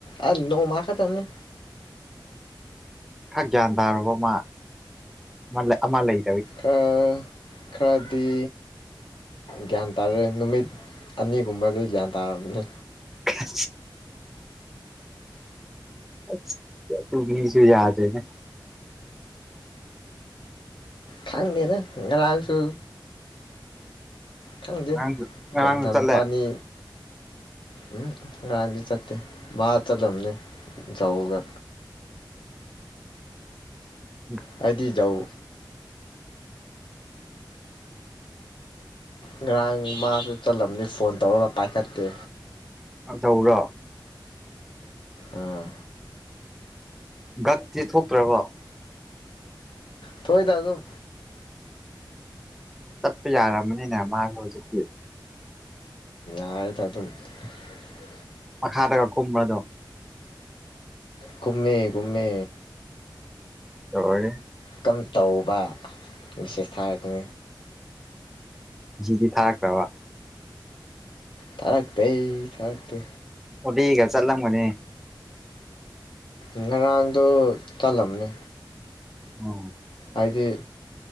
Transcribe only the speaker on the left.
ꯑꯥ ꯅꯣꯡꯃ ꯈꯛꯇꯡꯅꯤ
ꯈꯔ ꯈꯔꯗꯤ ꯒ꯭ꯌꯥꯟ ꯇꯥꯔꯦ ꯅꯨꯃꯤꯠ ꯑꯅꯤꯒꯨꯝꯕꯗ ꯒ꯭ꯌꯥꯟ ꯇꯥꯔꯝꯅꯤꯅ
ꯈꯪꯗꯦꯗ ꯉꯔꯥꯡꯁꯨ ꯈꯪꯗꯦ
ꯖꯣꯟꯊꯟ
ꯃꯕꯥꯅꯤ ꯎꯝ ꯉꯔꯥꯡꯗꯤ ꯆꯠꯇꯦ ꯃꯥ ꯆꯠꯂꯝꯅꯤ ꯖꯧꯒ
ꯍꯥꯏꯗꯤ ꯖꯧ ꯉꯔꯥꯡ ꯃꯥꯁꯨ ꯆꯜꯂꯝꯅꯤ ꯐꯣꯟ ꯇꯧꯔꯒ ꯄꯥꯏꯈꯠꯇꯦ
ꯑꯥ
ꯊꯣꯛꯏꯗ ꯑꯗꯨꯝ
ꯇꯥꯔꯦ ꯇ ꯑꯗꯨꯝ <unintelligible>
ꯀꯨꯝꯃꯦ ꯀꯨꯝꯃꯦ
ꯀꯝ ꯇꯧꯕ ꯃꯦꯁꯁ ꯊꯥꯔꯛꯀꯅꯤ
ꯊꯥꯔꯛꯇꯦ ꯊꯥꯔꯛꯇꯦ
ꯉꯔꯥꯡꯗꯣ ꯆꯜꯂꯝꯅꯤ
ꯍꯥꯏꯗꯤ